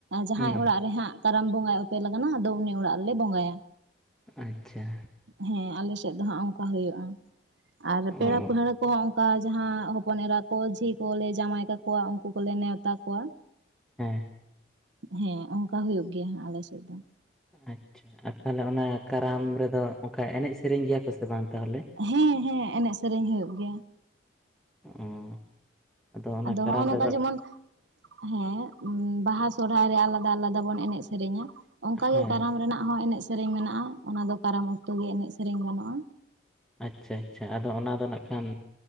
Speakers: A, on the right; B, in the centre.
A: ᱡᱟᱦᱟᱸᱭ
B: ᱦᱩᱸ
A: ᱚᱲᱟᱜ ᱨᱮ ᱦᱟᱸᱜ ᱠᱟᱨᱟᱢ ᱵᱚᱸᱜᱟᱭ ᱚᱯᱮᱞ ᱠᱟᱱᱟ ᱟᱫᱚ ᱩᱱᱤ ᱚᱲᱟᱜ ᱨᱮᱞᱮ ᱵᱚᱸᱜᱟᱭᱟ᱾
B: ᱟᱪᱪᱷᱟ᱾
A: ᱦᱮᱸ ᱟᱞᱮ ᱥᱮᱫ ᱫᱚ ᱦᱟᱸᱜ ᱚᱝᱠᱟ ᱦᱩᱭᱩᱜᱼᱟ, ᱟᱨ
B: ᱚ
A: ᱯᱮᱲᱟ ᱯᱟᱹᱲᱦᱟᱹ ᱠᱚᱣᱟᱜ ᱚᱱᱠᱟ ᱡᱟᱦᱟᱸ ᱦᱚᱯᱚᱱ ᱮᱨᱟ ᱠᱚ ᱡᱷᱤ ᱠᱚᱞᱮ ᱡᱟᱶᱟᱭ ᱠᱟᱜ ᱠᱚᱣᱟ ᱩᱱᱠᱩ ᱠᱚᱞᱮ ᱱᱮᱣᱛᱟ ᱠᱚᱣᱟ,
B: ᱦᱮᱸᱜ᱾
A: ᱦᱮᱸ ᱚᱱᱠᱟ ᱦᱩᱭᱩᱜ ᱜᱮᱭᱟ ᱦᱟᱜ ᱟᱞᱮ ᱥᱮᱫ ᱫᱚ᱾
B: ᱟᱪᱪᱷᱟ ᱟᱨ ᱛᱟᱦᱚᱞᱮ ᱚᱱᱟ ᱠᱟᱨᱟᱢ ᱨᱮᱫᱚ ᱚᱱᱠᱟ ᱮᱱᱮᱡ ᱥᱮᱨᱮᱧ ᱜᱮᱭᱟ ᱠᱚ ᱥᱮ ᱵᱟᱝ ᱛᱟᱦᱚᱞᱮ?
A: ᱦᱮᱸ ᱦᱮᱸ ᱮᱱᱮᱡ ᱥᱮᱨᱮᱧ ᱦᱩᱭᱩᱜ ᱜᱮᱭᱟ,
B: ᱚ᱾ ᱚᱱᱟ
A: ᱟᱫᱚ
B: ᱠᱟᱨᱟᱢ
A: ᱦᱚᱸᱜᱼᱚ ᱱᱚᱝᱠᱟ
B: ᱨᱮᱫᱚ
A: ᱡᱮᱢᱚᱱ ᱦᱮᱸ ᱵᱟᱦᱟ ᱥᱚᱦᱨᱟᱭ ᱨᱮ ᱟᱞᱟᱫᱟ ᱟᱞᱟᱫᱟ ᱵᱚᱱ ᱮᱱᱮᱡ ᱥᱮᱨᱮᱧᱟ, ᱚᱱᱠᱟ
B: ᱦᱮᱸ
A: ᱜᱮ ᱠᱟᱨᱟᱢ ᱨᱮᱱᱟᱜ ᱦᱚᱸ ᱮᱱᱮᱡ ᱥᱮᱨᱮᱧ ᱢᱮᱱᱟᱜᱼᱟ, ᱚᱱᱟ ᱫᱚ ᱠᱟᱨᱟᱢ ᱚᱠᱛᱚ ᱜᱮ ᱮᱱᱮᱡ ᱥᱮᱨᱮᱧ ᱜᱟᱱᱚᱜᱼᱟ,
B: ᱟᱪᱪᱷᱟ ᱟᱪᱪᱷᱟ ᱟᱫᱚ ᱚᱱᱟ ᱫᱚ ᱱᱟᱜ ᱠᱷᱟᱱ